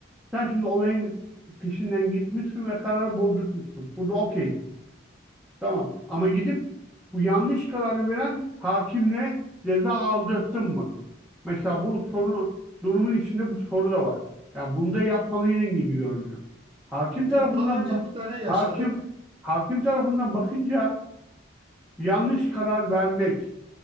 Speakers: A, in the centre; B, on the right.
A: sen şimdi olayın peşinden gitmişsin ve kararı bozdurtmuşsun. Burada okeysin. Tamam. Ama gidip bu yanlış kararı veren hakimle ceza aldırttın mı? Mesela bu soru durumun içinde bu soru da var. Yani bunu da yapmalıydın gibi görünüyor. Hakim tarafından
B: Ya daha önce
A: bak
B: bir tane yaşadık.
A: hakim hakim tarafından bakınca yanlış karar vermek